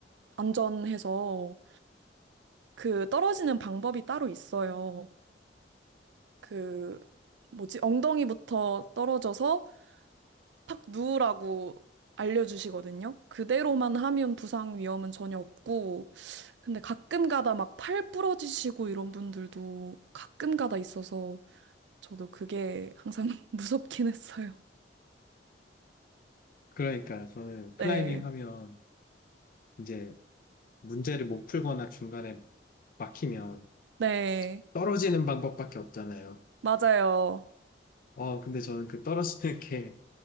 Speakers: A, on the right (about 70°); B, on the left (about 50°).
A: 안전해서 그 떨어지는 방법이 따로 있어요. 그, 뭐지, 엉덩이부터 떨어져서 탁 누우라고 알려주시거든요. 그대로만 하면 부상 위험은 전혀 없고, 근데 가끔 가다 막 팔 부러지시고 이런 분들도 가끔 가다 있어서 저도 그게 항상 <laughs> 무섭긴 했어요.
B: 그러니까 저는 클라이밍
A: 네.
B: 하면 이제 문제를 못 풀거나 중간에 막히면
A: 네.
B: 떨어지는 방법밖에 없잖아요.
A: 맞아요.
B: 어, 근데 저는 그 떨어지는 게